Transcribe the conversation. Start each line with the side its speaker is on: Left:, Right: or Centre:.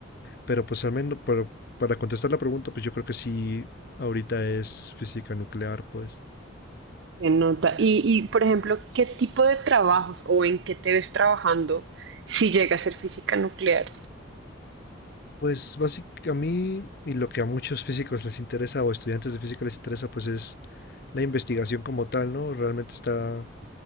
Left: Pero pues al menos, pero para contestar la pregunta, pues yo creo que sí, ahorita es física nuclear, pues.
Right: que nota. Y, y, por ejemplo, ¿qué tipo de trabajos o en qué te ves trabajando si llega a ser física nuclear?
Left: Pues básicamente a mí y lo que a muchos físicos les interesa o estudiantes de física les interesa, pues es la investigación como tal, ¿no? Realmente está,